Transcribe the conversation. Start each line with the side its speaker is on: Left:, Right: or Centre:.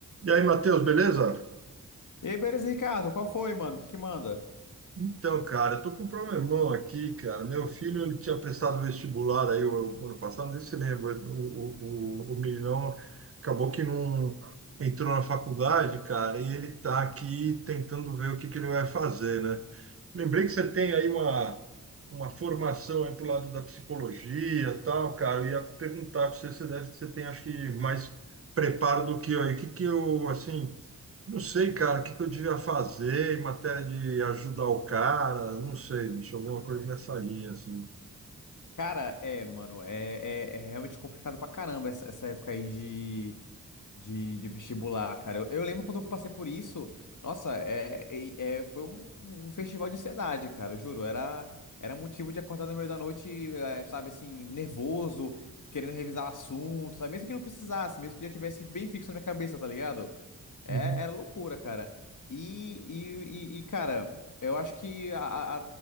Right: E aí, Matheus, beleza?
Left: E aí, beleza, Ricardo? Qual foi, mano? O que que manda?
Right: Então, cara, eu tô com um problemão aqui, cara. Meu filho, ele tinha prestado vestibular aí o, o ano passado, não sei se você lembra, o, o, o, o meninão acabou que não entrou na faculdade, cara, e ele tá aqui tentando ver o que que ele vai fazer, né? Lembrei que você tem aí uma, uma formação aí pro lado da psicologia e tal, cara. Eu ia perguntar pra você, você deve, você tem, acho que, mais preparo do que eu aí. O que que eu, assim Não sei, cara, o que que eu devia fazer em matéria de ajudar o cara, não sei, bicho, alguma coisa nessa linha, assim.
Left: Cara, é, mano, é, é, é realmente complicado pra caramba essa, essa época aí de, de, de vestibular, cara. Eu, eu lembro quando eu passei por isso, nossa, é, é, é- foi um, um festival de ansiedade, cara, eu juro. Era, era motivo de acordar no meio da noite, é, sabe, assim, nervoso, querendo revisar o assunto, sabe? Mesmo que não precisasse, mesmo que já tivesse bem fixo na minha cabeça, tá ligado? É,
Right: Uhum,
Left: era loucura, cara. E, e, e, e, cara, eu acho que a, a,